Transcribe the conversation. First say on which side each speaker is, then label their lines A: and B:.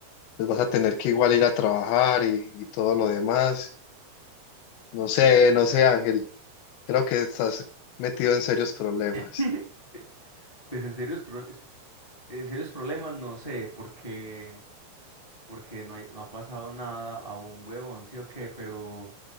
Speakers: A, on the left; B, on the left.
A: pues vas a tener que igual ir a trabajar y, y todo lo demás. No sé, no sé, Ángel, creo que estás metido en serios problemas.
B: <laughs> Pues en serios, prole- es- en serios problemas no sé, porque, porque no hay, no ha pasado nada a un huevón, sí o qué, pero,